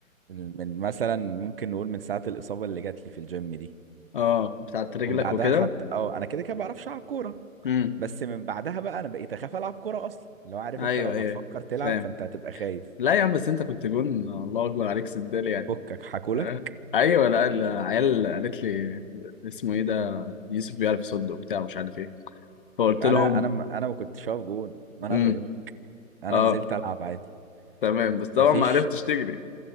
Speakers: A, on the right; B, on the left.
A: من من مثلا ممكن نقول من ساعة الإصابة اللي جات لي في الجيم دي
B: اه بتاعت رجلك
A: ومن بعدها
B: وكده
A: حتى اه انا كده كده بعرفش العب كوره
B: امم
A: بس من بعدها بقى انا بقيت اخاف العب كوره اصلا لو عارف
B: ايوه
A: انت لو هتفكر
B: ايوه
A: تلعب
B: فاهم
A: فانت هتبقى خايف
B: لا يا عم بس انت كنت جون الله اكبر عليك سندال يعني
A: فكك حكولك
B: <laughs> آه. ايوه لا العيال قالت لي اسمه ايه ده يوسف بيعرف يصد وبتاع مش عارف ايه فقلت
A: انا
B: لهم
A: انا ما- انا ما كنتش هقف جون ما انا
B: امم
A: فاهمك انا
B: اه
A: نزلت العب عادي
B: تمام بس طبعا
A: مفيش
B: ما عرفتش تجري